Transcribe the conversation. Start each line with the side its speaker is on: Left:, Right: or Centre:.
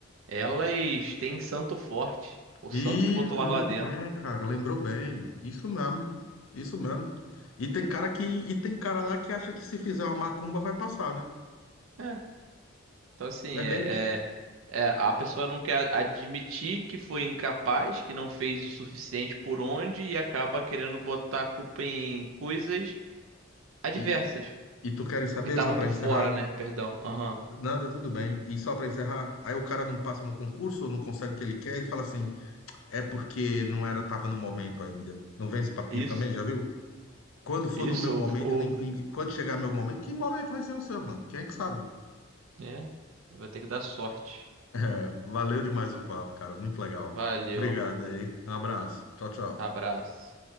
Right: elas têm santo forte. O
Left: Isso,
Right: santo que botou lá
Left: muito
Right: lá dentro.
Left: bem, cara. Lembrou bem. Isso mesmo. Isso mesmo. E tem cara que, e tem cara lá que acha que se fizer uma macumba vai passar, né?
Right: É. Então, assim,
Left: É
Right: é,
Left: bem isso.
Right: é- é, a pessoa não quer admitir que foi incapaz, que não fez o suficiente por onde e acaba querendo botar a culpa em coisas adversas.
Left: E, E tu queres saber,
Right: Que estavam
Left: só para
Right: por
Left: encerrar?
Right: fora, né? Perdão. Aham.
Left: Nada, tudo bem. E só para encerrar, aí o cara não passa no concurso, não consegue o que ele quer, ele fala assim: é porque não era, tava no momento ainda. Não vem esse papinho
Right: Isso.
Left: também, já viu? Quando for
Right: Isso.
Left: no meu momento,
Right: O...
Left: nin-
Right: o-
Left: ninguém, quando chegar meu momento, que momento vai ser o seu, mano? Quem é que sabe? <laughs>
Right: É. Vai ter que dar sorte.
Left: É, valeu demais o papo, cara. Muito legal.
Right: Valeu.
Left: Obrigado aí. Um abraço. Tchau, tchau.
Right: Abraço.